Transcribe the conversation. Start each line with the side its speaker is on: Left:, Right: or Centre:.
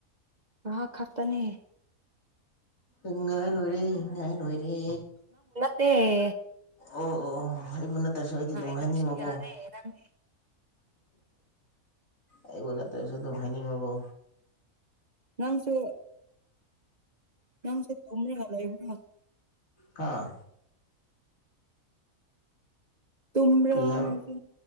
Right: ꯉꯍꯥꯛ ꯈꯛꯇꯅꯦ
Left: ꯏꯉꯥꯏ ꯂꯣꯏꯔꯦ ꯏꯉꯥꯏ ꯂꯣꯏꯔꯦ
Right: ꯇꯦ
Left: ꯑꯣ ꯑꯣ ꯏꯕꯨꯅ ꯇꯁꯨ ꯑꯩꯗꯤ
Right: ꯉꯥꯏꯗ꯭ꯔꯁꯨ
Left: ꯑꯗꯨꯝ ꯍꯥꯏꯅꯤꯡꯉꯣꯀꯣ
Right: ꯌꯥꯔꯦ ꯅꯪꯗꯤ
Left: ꯑꯩꯕꯨ ꯅꯠꯇꯔ꯭ꯁꯨ ꯑꯗꯨꯝ ꯍꯥꯏꯅꯤꯡꯉꯨꯀꯣ
Right: ꯅꯪꯁꯨ ꯅꯪꯁꯨ ꯇꯨꯝꯔꯒ ꯂꯩꯕꯣ
Left: ꯍꯥꯥ
Right: ꯇꯨꯝꯔꯥ
Left: ꯀꯔꯤ
Right: ꯅꯪꯁꯨ
Left: ꯍꯥꯏꯕ